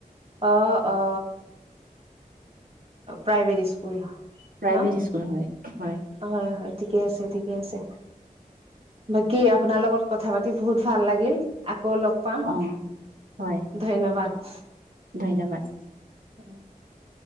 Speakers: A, on the right; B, on the right.
A: অ' অ' প্ৰাইভেট স্কুল ন
B: প্ৰাইভেট স্কুল হয় হয়।
A: হয় হয় ঠিকে আছে ঠিকে আছে। বাকী আপোনাৰ লগত কথা পাতি বহুত ভাল লাগিল আকৌ লগ পাম
B: অ', হয়,
A: ধন্যবাদ।
B: ধন্যবাদ।
A: <inaudible>